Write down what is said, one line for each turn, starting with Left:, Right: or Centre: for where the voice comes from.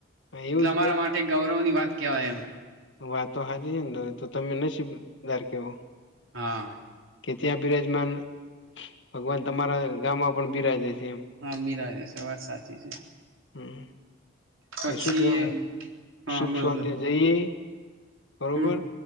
Left: હા, એવું
Right: તમારા
Left: જ
Right: માટે ગૌરવની વાત કેહેવાય એમ.
Left: વા તો હાજીનેો તો તમે નદાર કેવો.
Right: હા.
Left: કે ત્યાં બિરાજમાન ભગવાન તમારા ગામમાં પણ બિરાજે છે એમ.
Right: હા બિરાજ વાત સાચી છે.
Left: હમ,
Right: પછી
Left: એ સુું કે
Right: હા
Left: સુખ
Right: બોલો
Left: શવાંતિ
Right: બોલો
Left: જઈએ. બરોબર
Right: હમ